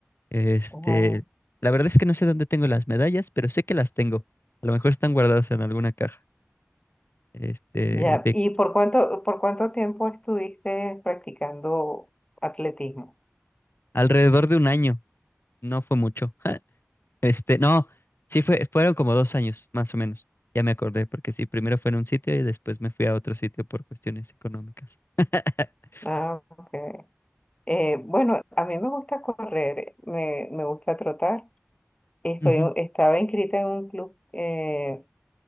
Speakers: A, on the left; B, on the left.
A: Este,
B: Ah,
A: la verdad es que no sé dónde tengo las medallas, pero sé que las tengo. A lo mejor están guardadas en alguna caja. Este,
B: ya,
A: de
B: ¿y por cuánto, por cuánto tiempo estuviste practicando atletismo?
A: alrededor de un año. No fue mucho. <laughs> Este, no, sí fue, fueron como dos años, más o menos. Ya me acordé, porque sí, primero fue en un sitio y después me fui a otro sitio por cuestiones económicas. <laughs>
B: Ah, ok. Eh, bueno, a mí me gusta correr, me, me gusta trotar. Estoy,
A: Ujú,
B: estaba inscrita en un club. eh,